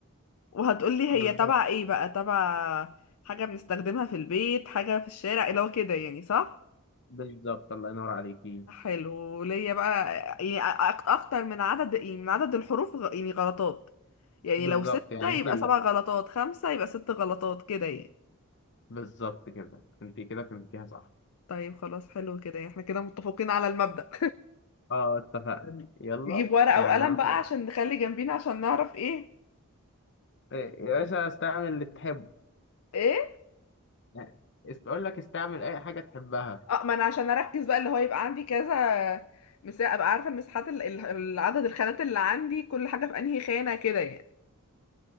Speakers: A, on the left (about 70°); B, on the left (about 55°).
A: وهتقولي هي
B: بالظبط
A: تبع ايه بقى تبع حاجه بنستخدمها في البيت حاجه في الشارع اللي هو كده يعني صح
B: بالظبط الله ينور عليكي
A: حلو ليا بقى يعني أك- اكتر من عدد يعني من عدد الحروف غ- يعني غلطات يعني
B: بالظبط
A: لو ستة
B: يعني
A: يبقى
B: انت لا
A: سبع غلطات خمسة يبقى ست غلطات كده يعني
B: بالظبط كده انت كده فهمتيها صح
A: طيب خلاص حلو كده يعني احنا كده متفقين على المبدأ
B: اه اتفقنا
A: <laughs>
B: يلا
A: نجيب ورقة
B: يعني
A: وقلم
B: انا مثلا
A: بقى عشان نخلي جنبينا عشان نعرف ايه
B: إيه، يا باشا استعمل اللي تحبه
A: ايه
B: يعني است- اقول لك استعمل اي حاجه تحبها
A: اه ما انا عشان اركز بقى اللي هو يبقى عندي كذا مساحة ابقى عارفة المساحات ال- ال- العدد الخانات اللي عندي كل حاجة في انهي خانة كده يعني